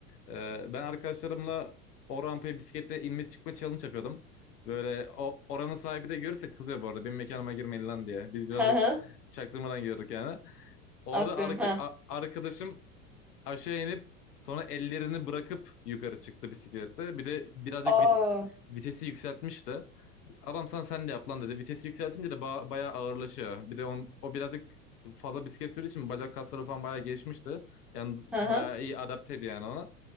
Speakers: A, on the left (about 85°); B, in the centre.
A: Ee, ben arkadaşlarımla o rampaya bisikletle inme çıkma challenge yapıyordum. Böyle o oranın sahibi de görürse kızıyor bu arada. Benim mekanıma girmeyin lan diye. Biz birazcık
B: Hı hı.
A: çaktırmadan gidiyorduk yani. Orada
B: Aferin
A: arka-
B: ha.
A: a- arkadaşım aşağı inip sonra ellerini bırakıp yukarı çıktı bisiklette. Bir de birazcık
B: Aa.
A: vit- vitesi yükseltmişti. Adam sana sen de yap lan dedi. Vitesi yükseltince de ba- bayağı ağırlaşıyor. Bir de onun, o birazcık fazla bisiklet sürdüğü için bacak kasları falan bayağı gelişmişti. Yani bayağı
B: Hı hı.
A: iyi adapteydi yani ona.